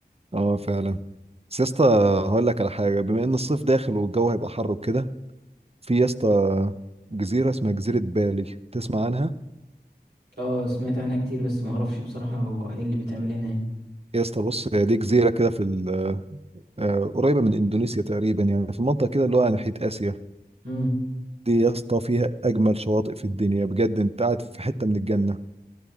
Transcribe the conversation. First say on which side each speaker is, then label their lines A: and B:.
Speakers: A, on the right (about 35°); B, on the right (about 75°).
A: اه فعلا بس يا اسطى هقول لك على حاجة بما ان الصيف داخل والجو هيبقى حر وكده في يا اسطى جزيرة اسمها جزيرة بالي تسمع عنها
B: اه سمعت عنها كتير بس ما اعرفش بصراحة هو ايه اللي بيتعمل هناك
A: يا اسطى بص هي دي جزيرة كده في ال- آه، قريبة من إندونيسيا تقريبا يعني في منطقة كده اللي هو على ناحية آسيا
B: امم
A: دي يا اسطى فيها أجمل شواطئ في الدنيا بجد أنت قاعد في حتة من الجنة